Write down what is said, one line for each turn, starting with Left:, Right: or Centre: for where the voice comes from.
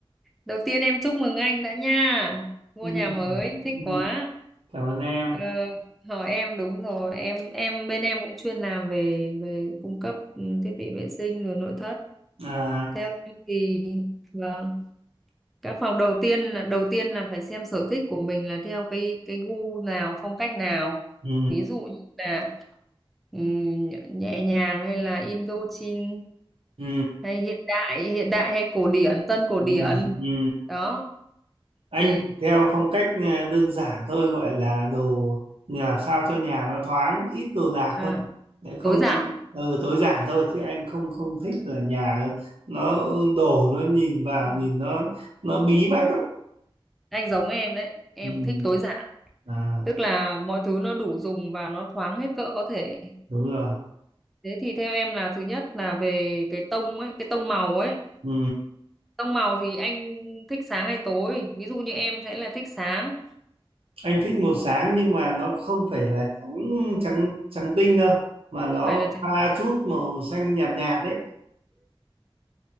Centre: Đầu tiên em chúc mừng anh đã nha. Mua
Right: Ừm,
Centre: nhà mới, thích
Right: ừm,
Centre: quá.
Right: cảm ơn em
Centre: Ờ, hỏi em đúng rồi, em em bên em cũng chuyên làm về về cung cấp ừ, thiết bị vệ sinh rồi nội thất.
Right: à,
Centre: Theo em thì vâng, các phòng đầu tiên là đầu tiên là phải xem sở thích của mình là theo cái cái gu nào, phong cách nào.
Right: ừ.
Centre: Ví dụ như là ừm, nhẹ nhàng hay là Indochine
Right: Ừ,
Centre: hay hiện đại hiện đại hay cổ điển tân cổ
Right: ừ,
Centre: điển
Right: ừ.
Centre: Ừ. đó
Right: Anh
Centre: thì
Right: theo phong cách à, đơn giản thôi gọi là đồ nhà làm sao cho nhà nó thoáng ít đồ đạc
Centre: à,
Right: thôi để không
Centre: tối giản
Right: anh ừ, tối giản thôi chứ anh không không thích là nhà nó đổ nó nhìn vào
Centre: Ừ,
Right: nhìn nó nó bí bách lắm
Centre: anh giống em đấy em
Right: ừ.
Centre: thích tối giản
Right: à,
Centre: tức là mọi thứ nó đủ dùng và nó thoáng hết cỡ có thể
Right: đúng rồi
Centre: thế thì theo em là thứ nhất là về cái tông ấy cái tông màu ấy
Right: ừ.
Centre: tông màu thì anh thích sáng hay tối ví dụ như em sẽ là thích sáng
Right: Anh thích màu sáng nhưng mà nó không phải là trắng trắng trắng tinh đâu mà nó
Centre: phải là trắng
Right: pha chút màu xanh nhạt nhạt đấy